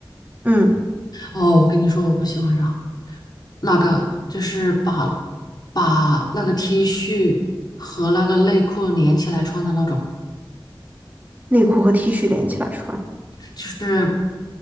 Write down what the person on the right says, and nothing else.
嗯，
内裤和 T 恤连起来穿，